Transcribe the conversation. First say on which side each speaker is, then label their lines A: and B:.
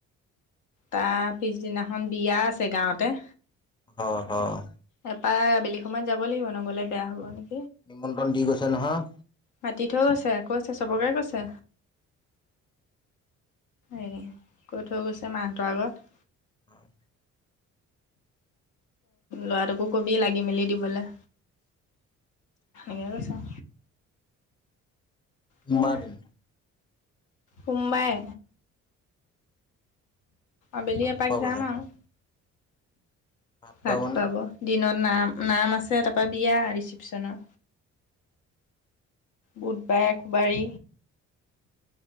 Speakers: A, on the left (about 80°); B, on the left (about 15°).
A: তাৰ পিছদিনাখন বিয়া আছে গাঁৱতে
B: হয় হয়
A: তাৰপা আবেলি সময়ত যাব লাগিব নগ'লে বেয়া হ'ব নেকি
B: নিমন্ত্ৰণ দি গৈছে নহয়
A: মাতি থৈও গৈছে আকৌ চবকে কৈছে এই কৈ থৈ গৈছে মাহঁতৰ আগত
B: উম্।
A: লৰাটোকো কবি লাগি মেলি দিবলৈ এনে কৈছে সেয়া
B: ম'বাইল।
A: সোমবাৰে। আবেলি
B: ভাত
A: এপাক
B: খোৱা
A: যাম
B: কথা
A: আৰু।
B: খোৱা
A: ভাত
B: মানে
A: খুৱাব দিনত নাম নাম আছে তাৰপৰা বিয়া ৰিচিপচনৰ। বুধবাৰে একবাৰী।